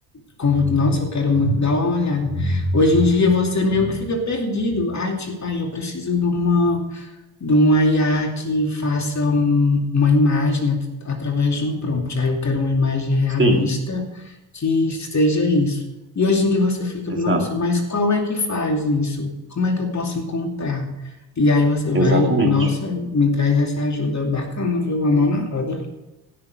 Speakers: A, on the left; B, on the right.
A: con- Nossa, eu quero muito dar uma olhada. Hoje em dia você meio que fica perdido. Ai, tipo, aí eu preciso de uma de uma IA que faça um- uma imagem at- através de um prompt. Aí eu quero uma imagem realista
B: sim,
A: que seja isso. E hoje em dia você fica,
B: exato,
A: nossa, mas qual é que faz isso? Como é que eu posso encontrar? E aí você
B: exatamente.
A: vai, nossa, me traz essa ajuda bacana, viu? Uma mão na roda.